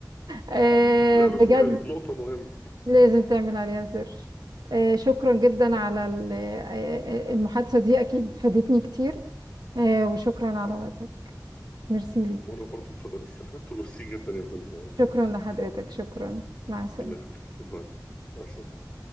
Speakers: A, on the right (about 70°); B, on the left (about 15°).
A: آه،
B: لا
A: بجد
B: بس دي نقطة مهمة
A: لازم تعمل عليها سيرش آه، شكرا جدا على
B: مم.
A: ال- آه، آه، المحادثة دي أكيد فادتني كتير آه، وشكرا على وقتك ميرسي ليك
B: وانا برضو استفدت وميرسي جدا يا فندم
A: شكرا لحضرتك شكرا مع السلامة
B: الله يخليك اتفضل مع السلامة